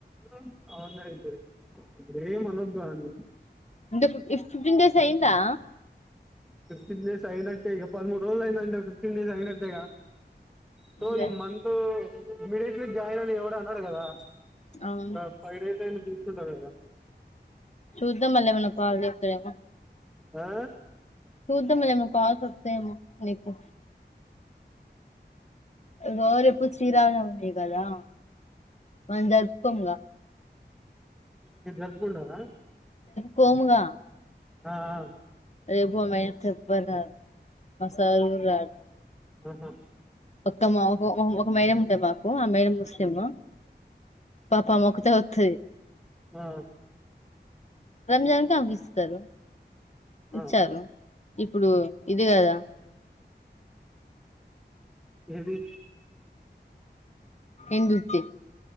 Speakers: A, in the centre; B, on the left.
A: ఆ అవునుయితే ఏం అనద్దు ఆన్
B: అంటే ఇప్పు ఫింగర్స్ అయ్యందా
A: అ ఫిఫ్టీన్ డేస్ అయినట్లే ఇగ పదమూడు రోజులు అయి అంటే ఫిఫ్టీన్ డేస్ అయిన నట్టే గా సో
B: లే
A: ఈ మంత్ ఇమీడియేట్లీ జాయిన్ అని ఎవడు అనడు కదా
B: అవును
A: న్ని డేస్ అయినా తీసుకుంటారు కదా
B: చూద్దాం మళ్ళీ ఏమన్నా కాల్ చేస్తాడేమో
A: ఆ
B: ద్దాం ఏమన్నా కాల్స్ వస్తాయేమో నీకు ఇగో రేపు శ్రీరామనవమి కదా మన్ జరుపుకొం గా
A: మీరు జరపుకుంటారా
B: కోముగా
A: ఆ ఆ
B: రేపు ఒమాయ తత్ బనాల్ మా సారు కూడా రాడ్
A: ఆహా
B: ఒక్క మా హొ ఒక మేడ ఉంటది మాకు ఆ మేడం ముస్లిం పాపం అమె. ఒక్కతే థె యి
A: ఆ
B: రంజాన్ కి అవి ఇస్తారు
A: ఆ
B: ఇచ్చారు ఇప్పుడు ఇది కదా
A: ఏది
B: ఎందుతీ